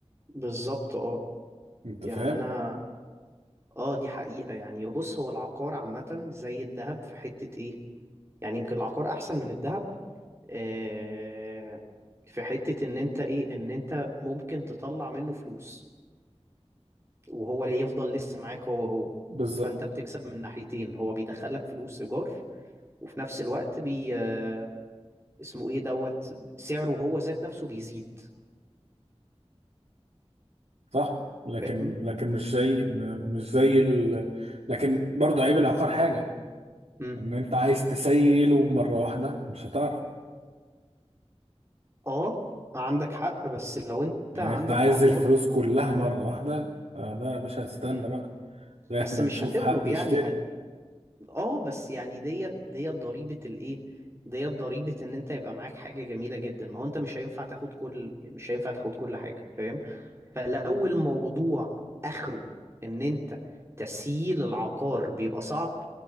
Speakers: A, on the right; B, on the right.
A: بالظبط اه
B: انت
A: يعني
B: فاهم
A: انا اه دي حقيقة يعني بص هو العقار عامة زي الذهب في حتة ايه يعني يمكن العقار احسن من الذهب آه في حتة ان انت ايه ان انت ممكن تطلع منه فلوس وهو اللي يفضل لسه معاك هو هو
B: بالظبط
A: فانت بتكسب من ناحيتين هو بيدخلك فلوس ايجار وفي نفس الوقت بي آه، اسمه ايه دوت سعره هو ذات نفسه بيزيد
B: صح لكن
A: فاهم
B: لكن مش زي م- مش زي ال... لكن برضه عيب العقار حاجة
A: امم
B: ان انت عايز تسيله مرة واحدة مش هتعرف
A: اه عندك حق بس لو انت
B: يعني
A: عندك
B: انت عايز
A: عقار
B: الفلوس كلها مرة واحدة آه لا يا باشا استنى
A: امم
B: بقى لغاية
A: بس
B: ما
A: مش
B: نشوف
A: هتغلب
B: حد يشتري
A: يعني هت اه بس يعني ديت ديت ضريبة الايه ديت ضريبة ان انت يبقى معاك حاجة جميلة جدا ما هو انت مش هينفع تاخد كل يعني مش هينفع تاخد كل حاجة فاهم فلو الموضوع اخره ان انت تسييل العقار بيبقى صعب